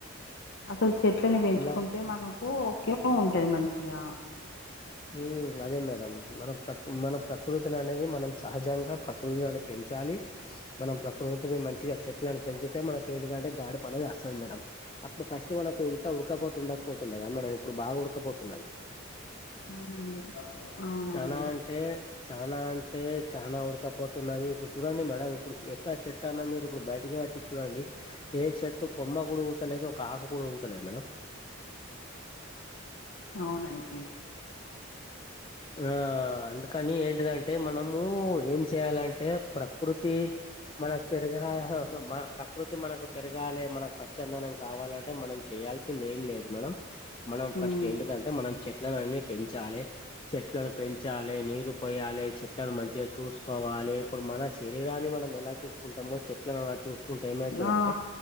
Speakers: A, on the left; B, on the left.
A: అసలు చెట్లను పెంచుకుంటే
B: ఇలా
A: మనకు ఉపయోగం ఉంటది మంచిగా
B: ఉమ్ అదే మేడం మన ప్రకృ మన ప్రకృతిని అనేది మనం సహజంగా ప్రకృతిని పెంచాలి మనం ప్రకృతిని మంచిగా చెట్లను పెంచుతే మనకి ఏంటింటే గాడి పని వస్తది మేడం అప్పుడు ఫస్ట్ అయితే మనకు ఇంత ఉడకపోతు ఉండకపోతుండేగా మేడం ఇప్పుడు బాగ ఉడకపోతున్నది
A: అవునండి అవునండి
B: చానా అంటే చానా అంటే చానా ఉడకపోతున్నది ఇప్పుడు చూడండి మేడం ఇప్పుడు ఎక్క చె ట్టన్నా మీరు ఇప్పుడు బయటికి వచ్చి చూడండి ఏ చెట్టు కొమ్మ గూడా ఊగుతలేదు ఒక ఆకు కూడా ఊగుతలేదు మేడం
A: అవునండి
B: ఆ అందుకని ఏంటిదంటే మనము ఏం చేయాలంటే ప్రకృతి మనకు పెరుగా మన ప్రకృతి మనకు పెరగాలి మనకు పచ్చందనం కావాలంటే మనం చేయాలి చేసింది ఏం లేదు మేడం మనం
A: ఉమ్
B: ఫస్ట్ ఏంటిదంటే మనం చెట్ల నన్ని పెంచాలే చెట్లను పెంచాలే నీరు పోయాలే చెట్లను మంచిగ చూసు కోవాలే ఇప్పుడు మన శరీరాన్ని మనం ఎలా చూసుకుంటామో చెట్లను అలా చూసుకుంటే ఏమైతదంటే
A: ఆ